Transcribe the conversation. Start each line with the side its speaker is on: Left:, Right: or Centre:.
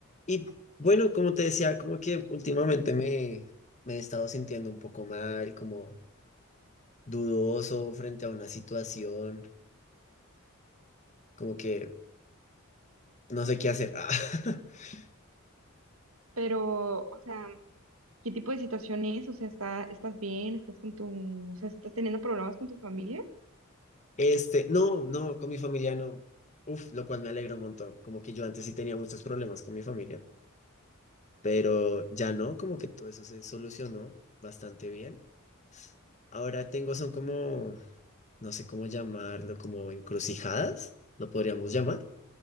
Left: Y bueno, como te decía, como que últimamente me, me he estado sintiendo un poco mal, como dudoso frente a una situación, como que no sé qué hacer. <laughs> Ah,
Right: Pero, o sea, ¿qué tipo de situación es? O sea, ¿está, estás bien? ¿Estás con tu, o sea, estás teniendo problemas con tu familia?
Left: Este, no, no, con mi familia no. Uf, lo cual me alegra un montón. Como que yo antes sí tenía muchos problemas con mi familia, pero ya no, como que todo eso se solucionó bastante bien. Ahora tengo, son como, no sé cómo llamarlo, como encrucijadas, lo podríamos llamar,